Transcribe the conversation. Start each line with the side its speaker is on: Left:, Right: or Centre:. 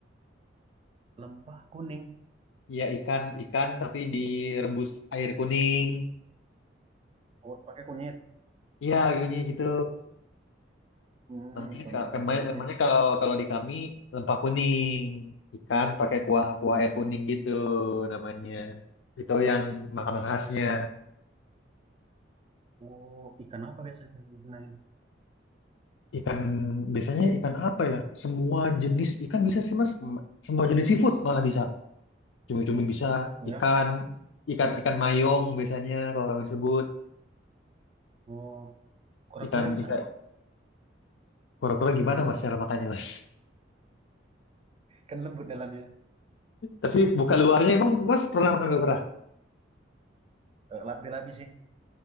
Right: lempah kuning.
Left: Ya ikan ikan tapi direbus air kuning.
Right: Oh, pakai kunyit.
Left: Iya, gini gitu.
Right: Hmm,
Left: Namanya,
Right: pern-
Left: ka-
Right: pernah
Left: kema-
Right: dengar
Left: namanya
Right: sih.
Left: kalau kalau di kami lempah kuning ikan pakai kuah kuah air kuning gitu namanya itu yang makanan khasnya
Right: Oh, ikan apa biasa itu digunain?
Left: ikan biasanya ikan apa ya semua jenis ikan bisa sih mas M- semua jenis seafood malah bisa cumi-cumi bisa
Right: Oh ya.
Left: ikan ikan ikan mayong biasanya kalau kami sebut
Right: Oh, kura-kura
Left: ikan
Right: bisa
Left: ikan
Right: nggak?
Left: kura-kura gimana mas cara makannya mas
Right: Kan lembut dalamnya.
Left: tapi buka luarnya emang mas pernah makan kura-kura
Right: Eh, labi-labi sih.